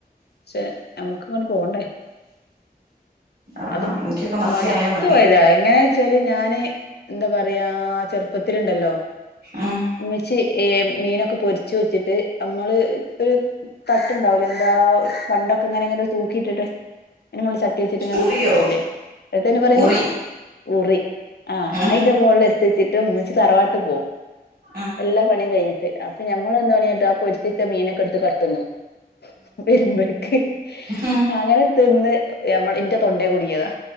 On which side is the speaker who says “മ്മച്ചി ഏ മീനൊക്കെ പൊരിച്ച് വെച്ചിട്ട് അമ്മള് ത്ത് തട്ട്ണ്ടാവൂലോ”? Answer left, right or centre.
Left